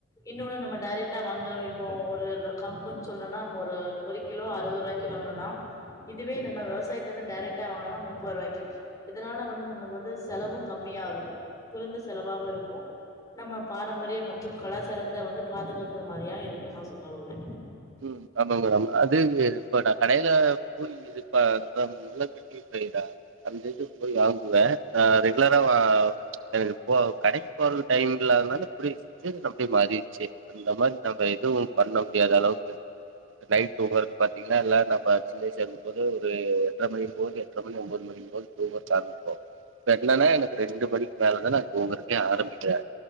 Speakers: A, on the left; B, on the right.
A: இன்னொன்னு நம்ம டாரெக்ட்டா மங்கல வைப்போ ஒரு கம்புன் சொல்லுனா நம்ப ஒரு ஒரு கிலோ அறுவது ரூவாய்க்கு வாங்கணுனா இதுவே நம்ம விவசாயத்த வந்து டாரைக்ட்டா வாங்கனா முப்பது ரூவாய்க்கு இதனால வந்து நம்ளுக்கு வந்து செலவு கம்மியா இருக்கு குறைந்த செலவாவு இருக்கு நம்ம பாரம்பரிய மற்றும் கலாச்சாரத்த வந்து பாதுகாத்தது மாரியா இருக்குன் நா சொல்ல வருவே
B: உம் ஆமாங்க மேடம் அது இப்ப நா கடைல போய் இதுப்ப பண்றோ அஞ்சஞ்சு போய் வாங்குவே ஆ ரெகுலரா வா எனக் இப்போ கடைக்கு போறதுக் டைம் இல்லாத நால இப்டி இருந்து அப்டி மாறிருச்சு அந்த மாரி நம்ம எதுவு பண்ண முடியாத அளவுக்கு நைட் தூங்கறது பாத்தீங்னா எல்லா நம்ப சின்ன வயசுல இருக்கும்போது ஒரு எட்ர மணி போது எட்ர மணி ஒம்போது மணி இருந்தாலு தூங்க சாதிப்போ இப்ப என்னென்னா எனக் ரெண்டு மணிக் மேலதா நா தூங்கறதுக்கே ஆரமிக்கறே